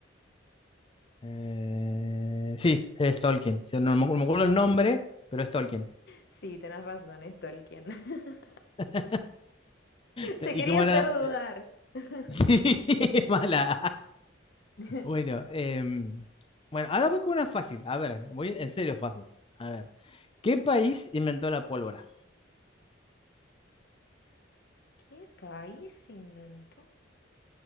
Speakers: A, on the left (about 30°); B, on the left (about 60°).
A: Eh, sí, es Tolkien. Sí, no, me no me acuerdo el nombre, pero es Tolkien.
B: Sí, tenés razón, es Tolkien. <laughs>
A: <laughs> Te-
B: Te
A: ¿Y
B: quería
A: cómo
B: hacer
A: era la...?
B: dudar.
A: <laughs>
B: <coughs>
A: Sí, <laughs> mala.
B: <clears throat>
A: Bueno, em, bueno, ahora voy con una fácil. A ver, voy en serio fácil. A ver, ¿qué país inventó la pólvora?
B: ¿Qué país inventó?